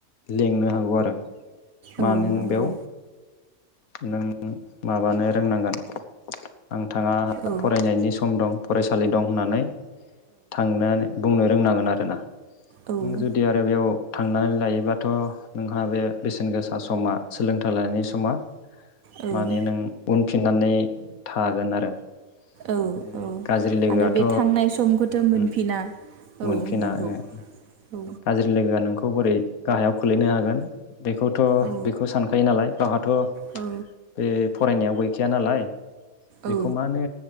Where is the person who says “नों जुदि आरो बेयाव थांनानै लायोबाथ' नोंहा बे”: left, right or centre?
Left